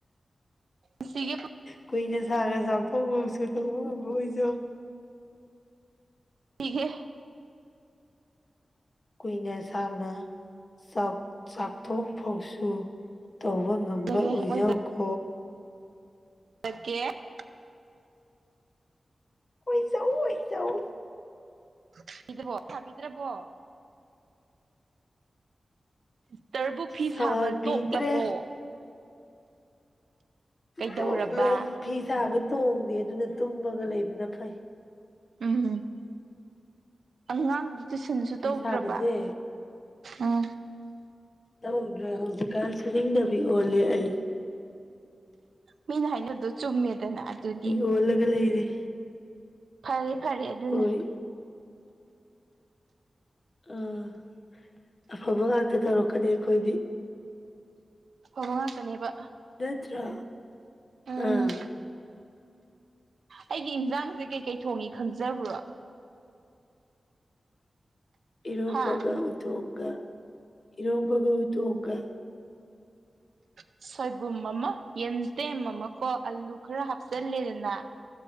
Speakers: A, on the right (about 85°); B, on the left (about 45°).
A: ꯁꯤꯒꯦ
B: ꯀꯨꯏꯅ ꯁꯥꯅ ꯆꯥꯊꯣꯛ ꯐꯧꯁꯨ ꯇꯧꯕ ꯉꯝꯕ ꯑꯣꯏꯖꯧ
A: ꯏꯍꯦ
B: ꯀꯨꯏꯅ ꯁꯥꯡꯅ ꯆꯥꯛ ꯆꯥꯛꯊꯣꯡ ꯐꯥꯎꯁꯨ ꯇꯧꯕ ꯉꯝꯕ
A: ꯑꯣꯏꯖꯔꯒꯦ
B: ꯑꯣꯏꯖꯧꯀꯣ
A: <unintelligible>
B: ꯑꯣꯏꯖꯧ ꯑꯣꯏꯖꯧ
A: <unintelligible> ꯁꯤꯁꯇꯔꯕꯨ ꯐꯤ
B: ꯁꯥꯕꯤꯗ꯭ꯔꯦ
A: ꯁꯥꯕ ꯇꯣꯛꯂꯕꯣ ꯀꯩꯗꯧꯔꯕ
B: ꯇꯣꯛꯂꯦ ꯐꯤ ꯁꯥꯕ ꯇꯣꯡꯗꯦ ꯑꯗꯨꯅ ꯇꯨꯝꯃꯒ ꯂꯩꯕꯅ ꯐꯩ
A: ꯎꯝ ꯑꯉꯥꯡ ꯇꯨꯏꯁꯟꯁꯨ
B: ꯐꯤ
A: ꯇꯧꯗ꯭ꯔꯕ
B: ꯁꯥꯕꯁꯦ
A: ꯎꯝ
B: ꯇꯧꯗ꯭ꯔꯦ ꯍꯧꯖꯤꯛꯀꯥꯟ ꯁꯨꯅꯤꯡꯗꯕꯤ ꯑꯣꯜꯂꯦ ꯑꯩ
A: ꯃꯤꯅ ꯍꯥꯏꯅꯕꯗꯣ ꯆꯨꯝꯃꯦꯗꯅ ꯑꯗꯨꯗꯤ
B: ꯀꯣꯜꯂꯒ ꯂꯩꯔꯦ
A: ꯐꯔꯦ ꯐꯔꯦ ꯑꯗꯨꯅ
B: ꯍꯣꯏ ꯑꯥ ꯑꯐꯕ ꯉꯥꯛꯇ ꯇꯧꯔꯛꯀꯅꯤ ꯑꯩꯈꯣꯏꯗꯤ
A: ꯐꯕ ꯉꯥꯛꯇꯅꯦꯕ
B: ꯅꯠꯇꯔ
A: ꯎꯝ
B: ꯑꯥ
A: ꯑꯩꯒꯤ ꯏꯟꯖꯥꯡꯁꯦ ꯀꯩꯀꯩ ꯊꯣꯡꯏ ꯈꯪꯖꯕ꯭ꯔꯣ
B: ꯏꯔꯣꯝꯕꯒ
A: ꯍꯥ
B: ꯎꯇꯣꯡꯒ ꯏꯔꯣꯝꯕꯒ ꯎꯇꯣꯡꯒ
A: ꯁꯣꯏꯕꯨꯝ ꯑꯃ ꯌꯦꯟꯇꯦꯝ ꯑꯃ ꯀꯣ ꯑꯂꯨ ꯈꯔ ꯍꯥꯞꯆꯜꯂꯦꯗꯅ